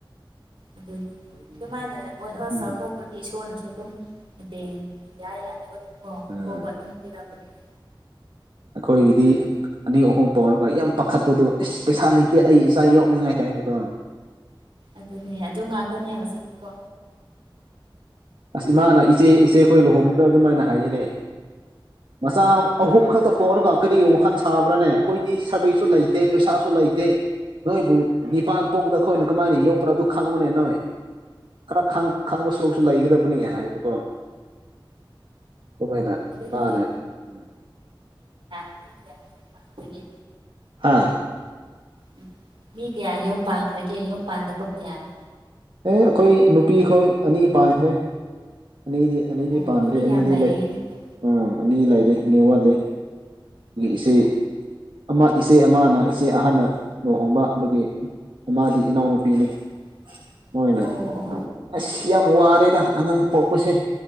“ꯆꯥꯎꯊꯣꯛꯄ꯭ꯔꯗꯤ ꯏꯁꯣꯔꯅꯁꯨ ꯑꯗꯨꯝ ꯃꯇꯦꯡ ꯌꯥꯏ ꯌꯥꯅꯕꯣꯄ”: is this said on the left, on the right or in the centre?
Right